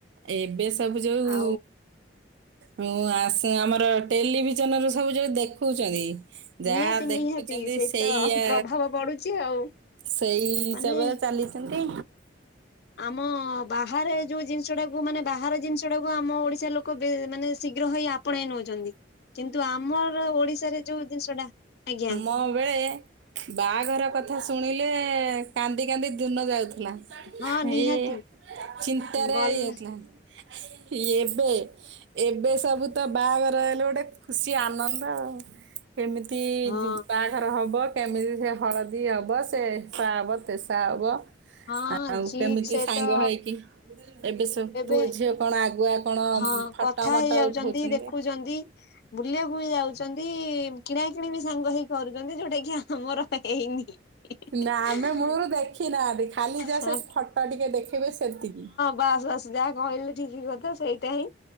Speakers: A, on the right (about 70°); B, on the left (about 60°).
A: ଏବେ ସବୁ ଯୋଉ
B: ଆଉ
A: ହଁ ଆସ ଆମର ଟେଲିଭିଜନ ରୁ ସବୁ ଯଉ ଦେଖଉଛନ୍ତି। ଯାହା
B: ନିହାତି
A: ଦେଖୁଛନ୍ତି
B: ନିହାତି ସେଇ
A: ସେଇଆ,
B: ତ ପ୍ରଭାବ ପଡୁଛି ଆଉ
A: ସେଇ ହିସାବରେ
B: ମାନେ
A: ଚାଲି ଛନ୍ତି।
B: ଆମ ବାହାରେ ଯୋଉ ଜିନିଷ ଟାକୁ ମାନେ ବାହାର ଜିନିଷ ଟାକୁ ଆମ ଓଡି ଶା ଲୋକ ମାନେ ଶୀଘ୍ର ହେଇ ଆପଣେଇ ନେଉଛନ୍ତି। କିନ୍ତୁ ଆମର ଓଡିଶାରେ ଯୋଉ ଜିନିଷ ଟା, ଆଜ୍ଞା।
A: ହଁ ବେ ବାହାଘର କଥା ଶୁଣିଲେ କାନ୍ଦି କାନ୍ଦି ଦୁନ ଯାଉଥିଲା।
B: ହଁ
A: ହେଇ
B: ନିହାତି
A: ଚିନ୍ତାରେ
B: ଗଲା
A: ଇଏଥିଲା। ଏବେ, ଏବେ ସବୁ ତ ବାହାଘର ହେଲେ ଗୋଟେ ଖୁସି ଆନନ୍ଦ ଆଉ, କେମିତି
B: ହଁ
A: ଯିବା ଘର ହବ, କେମିତି ସେ ହଳଦୀ ହବ, ସେ ଏସା ହବ, ତେସା ହବ।
B: ହଁ
A: ଆଉ
B: ଜି
A: କେମିତି
B: ସେ
A: ସାଙ୍ଗ
B: ତ
A: ହେଇକି, ଏବେ ସବୁ
B: ଏବେ
A: ପୁଅ ଝିଅ କଣ ଆଗୁଆ କଣ
B: ହଁ
A: ଫଟୋ
B: କଥା
A: ମଟ
B: ହେଇଯାଉଛନ୍ତି,
A: ଉଠଉଛନ୍ତି।
B: ଦେଖୁଚନ୍ତି ବୁଲିବାକୁ ବି ଯାଉଛନ୍ତି, କିଣା କିିଣି ବି ସାଙ୍ଗ ହେଇ କରୁଛନ୍ତି, ଯୋଉଟା କି ଆ ତୁମର ହେଇନି <unintelligible>
A: ନା ଆମେ ମୂଳରୁ ଦେଖି ନାହାନ୍ତି, ଖାଲି ଯା
B: ହଁ
A: ସେ ଫଟୋ ଟିକେ ଦେଖେଇବେ ସେତିକି।
B: ବାସ, ବାସ, ଯାହା କହିଲେ ଠିକ କଥା, ସେଇଟା ହିଁ,